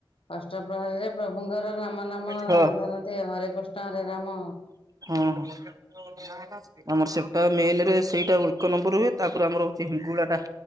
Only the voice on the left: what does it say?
ଅଷ୍ଟ ପ୍ର୍ରହରୀରେ ପ୍ରଭୁଙ୍କର ରାମ ନାମ
ଧରନ୍ତି ଆଉ, ହରେ କୃଷ୍ଣ ହରେ ରାମ।